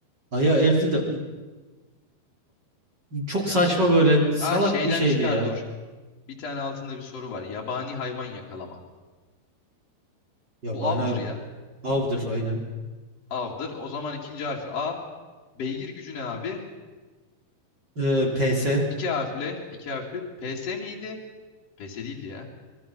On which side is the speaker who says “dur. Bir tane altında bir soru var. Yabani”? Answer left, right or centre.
Left